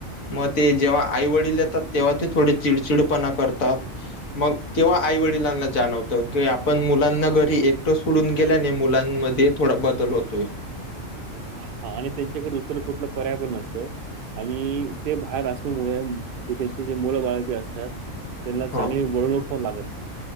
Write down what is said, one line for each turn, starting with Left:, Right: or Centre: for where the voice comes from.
Left: मग ते जेव्हा आई वडील येतात, तेव्हा ते थोडे चिडचिडपणा करतात. मग तेव्हा आई वडिलांना जाणवतं की, आपण मुलांना घरी एकटं सोडून गेल्याने मुलांमध्ये थोडा बदल होतोय.
Right: हा आणि त्यांच्याकडे दुसर कुठलं पर्याय पण नसतं. आणि ते बाहेर असल्यामुळे ते त्यांचे मुलंबाळ जे असतात त्यांनाला चांगले
Left: हो
Right: वळनुक पणं लागत नाही.